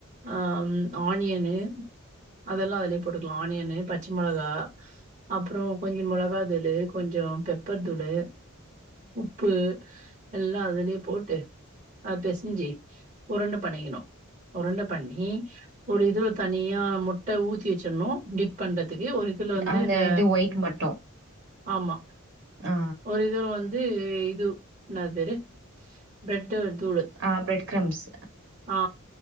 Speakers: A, on the right (about 35°); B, on the right (about 60°).
A: ஆ ம் ஆனியனு அதெலா அதுலயே போட்டுக்லா ஆனியனு பச்ச மொளகா அப்றோ கொஞ்ச மொளகா தூளு கொஞ்ச பெப்பர் தூளு உப்பு எல்லா அதுலயே போட்டு அது பெசிஞ்சு உருண்ட பண்ணிக்கணு உருண்ட பண்ணி ஒரு இதுல தனியா முட்ட ஊத்தி வச்சிர்ணு டிப் பண்றதுக்கு ஒரு இதுல வந்து
B: அந்த
A: இந்த
B: இது ஒயிட் மட்டும்.
A: ஆமா
B: ஆ.
A: ஒரு இது வந்து இது என்ன அது பேரு பிரட் டு தூளு
B: ஆ பிரெட் கிரம்ப்ஸ்.
A: ஆ